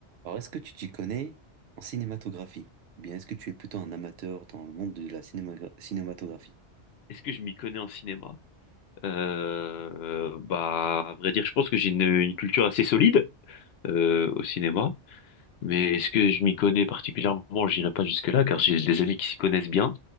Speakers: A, on the right; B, on the left.
A: Alors, est-ce que tu t'y connais en cinématographie? Ou bien est-ce que tu es plutôt un amateur dans le monde de la cinéma- cinématographie?
B: Est-ce que je m'y connais en cinéma? Euh, bah, à vrai dire, je pense que j'ai une, une culture assez solide euh, au cinéma. Mais est-ce que je m'y connais particulièrement? J'irai pas jusque-là, car j'ai des amis qui s'y connaissent bien